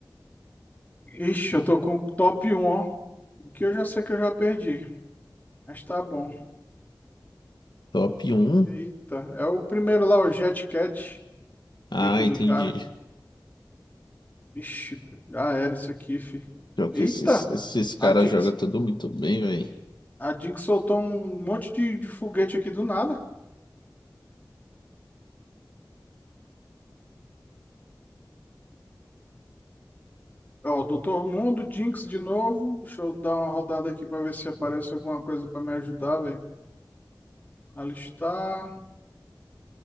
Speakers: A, on the left; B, on the left.
A: Ixi, eu tô com o top um ó. Que eu já sei que eu já perdi. Mas tá bom.
B: Top um
A: Eita, é o primeiro lá, o Jet Cat.
B: Ah,
A: Nick do
B: entendi.
A: cara. Ixi, já era isso aqui, fi.
B: Pior
A: Eita!
B: que esses, esses caras
A: A Jinx,
B: jogam tudo muito bem, velho.
A: a Jinx soltou um monte de, de foguete aqui do nada. Ó, o Doutor Mundo, Jinx de novo. Deixa eu dar uma rodada aqui pra ver se aparece alguma coisa pra me ajudar, velho. Alistar.